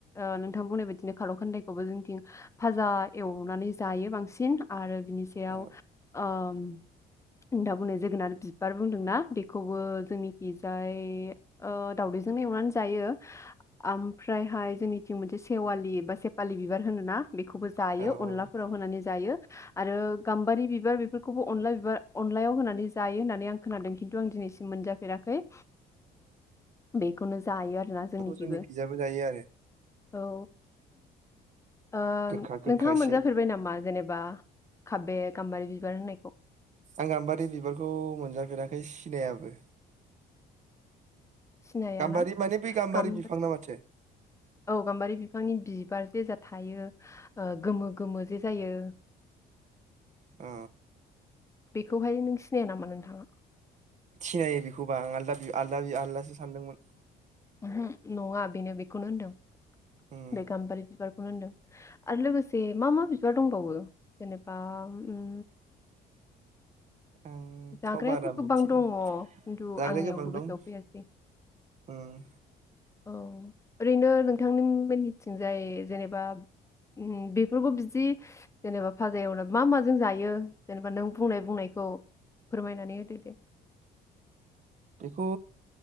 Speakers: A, on the left (about 15°); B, on the right (about 45°).
A: ओ नोंथां बुंनाय बायदिनो खार' खान्दाइखौबो जोंनिथिं भाजा एवनानै जायो बांसिन आरो। बिनि सायाव
B: औ
A: ओ नोंथां बुंनाय जोगोनार बिबार बुंदोंना बेखौबो जोंनिखि जाय दाावदैजोंनो एवनानै जायो ओमफ्रायहाय जोंनिथिं मोनसे सेवालि बा सेफालि बिबार होनोना? बेखौबो जायो
B: औ
A: अनलाफोराव
B: उम
A: होनानै जायो। आरो गाम्बारि बिबार बेफोरखौबो अनला <unintelligible> अनलायाव होनानै जायो होननानै आं खोनादों खिन्थु आं दिनैसिम मोनजाफेराखै <inaudible> बेखौनो जायो आरो। आरोना
B: बेखौ
A: जोंनिखिबो।
B: जोंनिखिजाबो जायो आरो
A: औ ओ
B: गोखा गोखा
A: नोंथाङा
B: एसे
A: मोनजाफेरबाय नामा? जेनेबा काबेर गामबारि बिबार होनायखौ।
B: आं आम्बारि बिबारखौ मोनजाफेराखै सिनायाबो।
A: सिनाया
B: गाम्बारि
A: ना
B: माने बै गाम्बारि
A: गाम-
B: बिफां ना माथो
A: औ गाम्बारि बिफांनि बिबार जे जा थायो गोमो गोमो जे जायो।
B: ओ
A: बेखौहाय नों सिनाया नामा नोंथाङा?
B: सिनायो बेखौबा आं आलदा आलदा आलदासो सानदोंमोन।
A: उमहुम नङा बेनो बेखौनो होनदों।
B: उम
A: बे गाम्बारि बिबारखौनो होनदों। आरो लोगोसे मा मा बिबार दंबावो? जेनेबा उम
B: आंथ'
A: जाग्रायाथ'
B: बारा
A: गोबां
B: मिथिला
A: दङ
B: जाग्राया
A: खिन्थु आंनियावबो
B: गोबां
A: गोसोआव
B: दं।
A: फैयासै
B: उम
A: औ ओरैनो नोंथांनि मिननिथिंजाय जेनेबा ओम बेफोरखौ बिदि जेनेबा फाजा एवनायाव मा माजों जायो जेनेबा नों बुंनाय बुंनायखौ फोरमायनानै होदो दे।
B: बेखौ